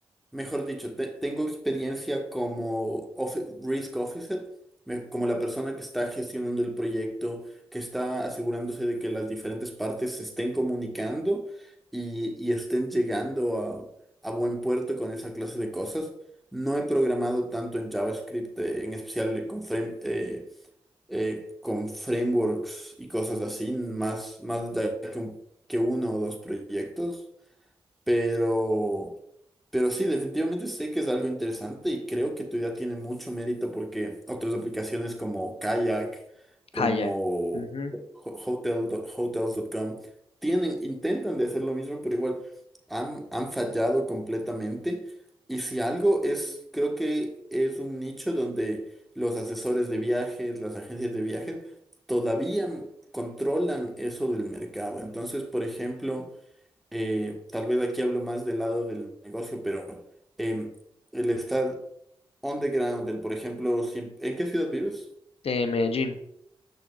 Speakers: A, in the centre; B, on the left (about 70°).
A: Mejor dicho, te- tengo experiencia como offi- risk officer, me- como la persona que está gestionando el proyecto, que está asegurándose de que las diferentes partes se estén comunicando y, y estén llegando a, a buen puerto con esa clase de cosas. No he programado tanto en JavaScript, eh, en especial con, frame- eh, eh, con frameworks y cosas así, más, más de- que uno o dos proyectos. Pero, pero sí, definitivamente sé que es algo interesante y creo que tu idea tiene mucho mérito porque otras aplicaciones como Kayak, como
B: Kayak. ujú,
A: ho- hotel, hotels.com, tienen, intentan de hacer lo mismo, pero igual han, han fallado completamente. Y si algo es, creo que es un nicho donde los asesores de viajes, las agencias de viajes, todavía controlan eso del mercado. Entonces, por ejemplo eh, tal vez aquí hablo más del lado del negocio, pero em, el estar on the ground, el, por ejemplo, si- ¿en qué ciudad vives?
B: De Medellín.